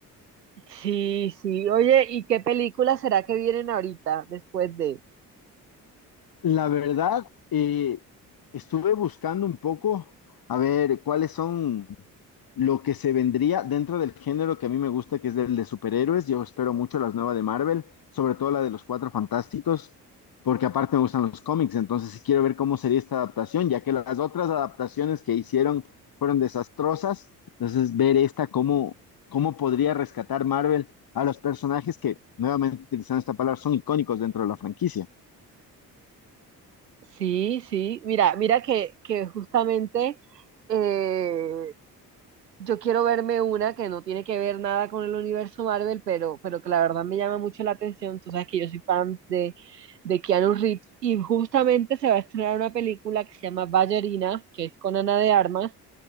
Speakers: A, on the right; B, on the left.
A: Sí, sí. Oye, ¿y qué película será que vienen ahorita después de?
B: La verdad, eh, estuve buscando un poco a ver cuáles son lo que se vendría dentro del género que a mí me gusta, que es el de superhéroes. Yo espero mucho las nuevas de Marvel, sobre todo la de los Cuatro Fantásticos, porque aparte me gustan los cómics, entonces sí quiero ver cómo sería esta adaptación, ya que las otras adaptaciones que hicieron fueron desastrosas. Entonces, ver esta, cómo, cómo podría rescatar Marvel a los personajes que, nuevamente utilizando esta palabra, son icónicos dentro de la franquicia.
A: Sí, sí. Mira, mira que, que justamente eh, yo quiero verme una que no tiene que ver nada con el universo Marvel, pero, pero que la verdad me llama mucho la atención. Tú sabes que yo soy fan de, de Keanu Reeves y justamente se va a estrenar una película que se llama Ballerina, que es con Ana de Armas